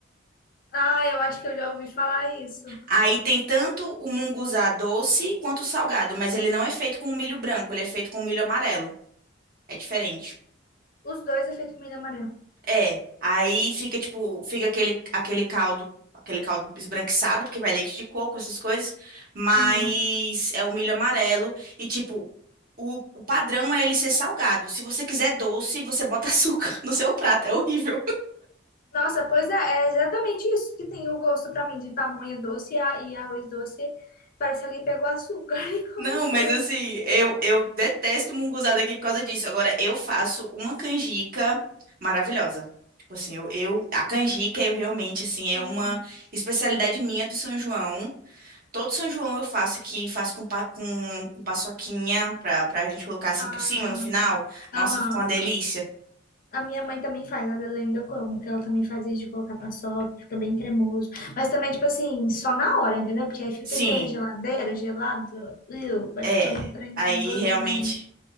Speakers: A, on the left; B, on the right.
A: ah, eu acho que eu já ouvi falar isso.
B: Aí tem tanto o munguzá doce quanto o salgado, mas ele não é feito com o milho branco, ele é feito com o milho amarelo. É diferente.
A: Os dois é feito milho amarelo.
B: É, aí fica tipo, fica aquele, aquele caldo, aquele caldo esbranquiçado, porque vai leite de coco, essas coisas, mas
A: Uhum.
B: é o milho amarelo e tipo, o, o padrão é ele ser salgado. Se você quiser doce, você bota açúcar <laughs> no seu prato, é horrível.
A: Nossa, pois é, é exatamente isso que tem o gosto pra mim de tamanho doce e, a- e arroz doce. Parece que alguém pegou açúcar <laughs> e colocou.
B: Não, mas assim, eu, eu detesto munguzá daqui por causa disso. Agora, eu faço uma canjica maravilhosa. Tipo assim, eu, eu- a canjica, eu realmente, assim,
A: Hum.
B: é uma especialidade minha do São João. Todo São João eu faço aqui, faço com, pa- com, com paçoquinha pra, pra gente colocar assim
A: Ah,
B: por cima no final. Nossa,
A: aham.
B: ficou uma delícia.
A: A minha mãe também faz, a da Lenda eu como, que ela também faz isso de colocar paçoca, fica bem cremoso. Mas também, tipo assim, só na hora, entendeu? Porque aí fica
B: Sim,
A: aquele trem na geladeira, gelado, iu, vai
B: é.
A: ficando um trem
B: Aí
A: gostoso,
B: realmente.
A: né?